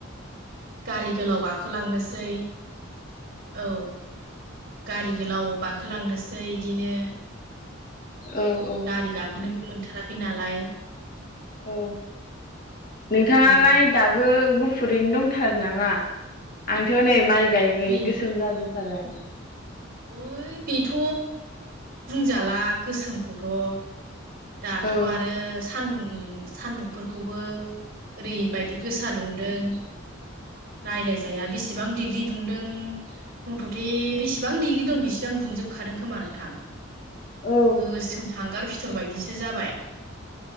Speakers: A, on the right; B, on the left.
A: गारि गोलाव गाखोलांनोसै औ। गारि गोलाव गाखोलांनोसै इदिनो
B: औ औ।
A: गारि गाखोनोबो मोनथाराखै नालाय
B: औ नोंथाङालाय
A: औ
B: दाबो गु फुरैनो दंथारो नामा आंथ' नै माइ गायै गायै
A: बे
B: गोसोम जाजोब थारबाय।
A: ओइ बेथ' बुंजाला गोसोमखौथ' दाथ'
B: औ
A: आरो सान्दुं सान्दुंफोरखौबो ओरैबायदि गोसा दुंदों। रायलायजाया बेसेबां डिग्रि दुंदों मुथथे बिसि बां दिग्रि दं बिसिबां दुंजोबखादों खोमा नोंथां।
B: औ
A: गोसोम हांगार फिथर बायदिसो जाबाय।